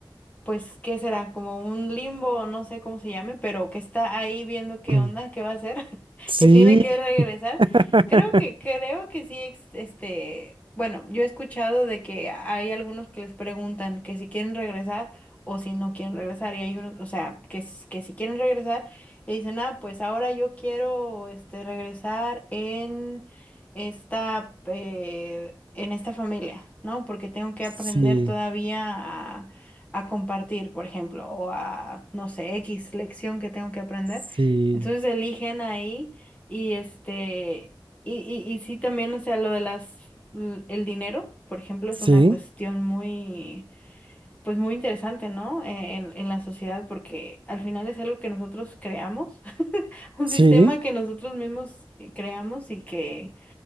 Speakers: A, on the left; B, on the right.
A: pues, ¿qué será? Como un limbo, no sé cómo se llame, pero que está ahí viendo qué
B: Mm.
A: onda, qué va a hacer, <laughs>
B: Sí,
A: que tiene que regresar.
B: <laughs>
A: Creo que, creo que sí, ex- este, bueno, yo he escuchado de que hay algunos que les preguntan que si quieren regresar o si no quieren regresar, y hay unos, o sea, que, s- que si quieren regresar, y dicen, ah, pues ahora yo quiero, este, regresar en esta, eh, en esta familia, ¿no? Porque tengo que
B: Sí,
A: aprender todavía a compartir, por ejemplo, o a, no sé, X lección que tengo que aprender.
B: sí,
A: Entonces eligen ahí y este, y, y, y sí también, o sea, lo de las, l- el dinero, por ejemplo, es
B: sí,
A: una cuestión muy, pues muy interesante, ¿no? Eh, En, en la sociedad, porque al final es algo que nosotros creamos, <laughs> un
B: sí.
A: sistema que nosotros mismos eh, creamos y que,